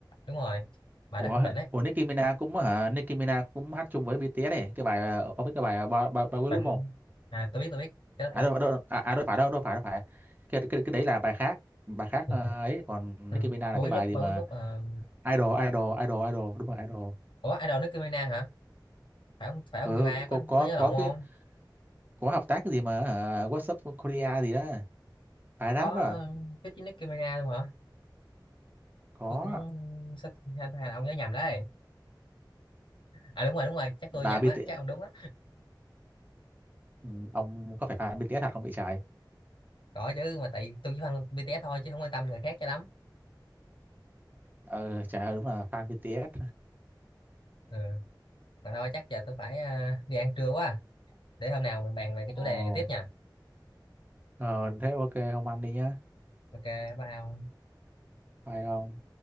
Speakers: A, on the left; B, on the right.
A: đúng rồi. Bài
B: của
A: đó cũng đỉnh ấy.
B: của Nicki Minaj cũng hả Nicki Minaj cũng hát chung với BTS này cái bài ờ, ông biết cái bài ờ, ba ba ba lúc
A: Bài
B: không
A: à tôi biết tôi biết, cái đó
B: à
A: tôi
B: đâu
A: biết.
B: đâu à, à đâu phải đâu đâu phải đâu phải cái, cái cái đấy là bài khác bài khác
A: <laughs>
B: ờ, ấy còn
A: Ừ.
B: Nicki Minaj
A: Bà
B: là cái
A: biết
B: bài
A: lúc
B: gì
A: bao
B: mà
A: biết lúc ờ,
B: Idol Idol Idol Idol đúng rồi Idol
A: Ủa idol Nicki Minaj hả? Phải không phải
B: ừ
A: không Người ba
B: có
A: có
B: có
A: có nhớ lộn
B: có cái
A: không?
B: có hợp tác cái gì mà hả, What's up Korea gì đó bài rap
A: Có
B: đó à?
A: feat với Nicki Minaj luôn hả?
B: có
A: tôi cũng sắp hay hai là ông nhớ nhầm đấy à đúng rồi đúng rồi chắc tôi
B: là
A: nhầm
B: BTS
A: á chắc ông đúng á
B: ừ, ông có phải fan BTS thật không bị trái
A: gọi chứ mà tại tôi chỉ quan BTS thôi chứ không quan tâm người khác cho lắm
B: ờ trời ơi đúng là fan BTS
A: ừ. mà thôi chắc giờ tôi phải ờ, đi ăn trưa quá để hôm nào mình bàn về cái
B: Ồ,
A: chủ đề này tiếp nha
B: ờ, thế ok không ăn đi nhá.
A: ok bye ông
B: Bye ông.